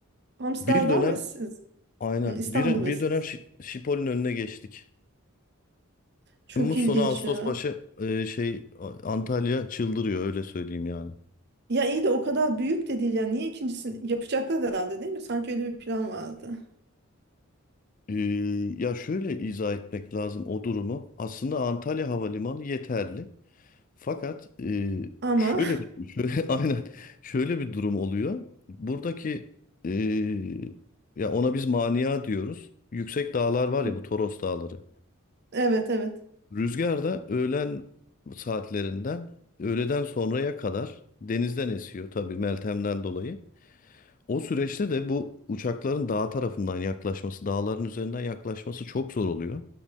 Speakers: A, on the right (about 50°); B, on the left (about 40°).
A: Amsterdam
B: Bir dönem
A: ve siz.
B: aynen.
A: Hmm, İstanbul
B: Bir,
A: ve
B: bir
A: siz.
B: dönem Şi- Şipol'ün önüne geçtik.
A: Çok
B: Temmuz
A: ilginç
B: sonu Ağustos
A: ya.
B: başı e, şey A- Antalya çıldırıyor öyle söyleyeyim yani.
A: Ya iyi de o kadar büyük de değil yani niye ikincisini yapacaklar herhalde değil mi? Sanki öyle bir plan vardı.
B: Ee, ya şöyle izah etmek lazım o durumu. Aslında Antalya Havalimanı yeterli. Fakat e,
A: Ama
B: şöyle bir <laughs> şöyle, aynen şöyle bir durum oluyor. Buradaki e, ya ona biz mania diyoruz. Yüksek dağlar var
A: <laughs>
B: ya bu Toros Dağları.
A: evet evet.
B: Rüzgar da öğlen saatlerinden öğleden sonraya kadar denizden esiyor tabii Meltem'den dolayı. O süreçte de bu uçakların dağ tarafından yaklaşması, dağların üzerinden yaklaşması çok zor oluyor.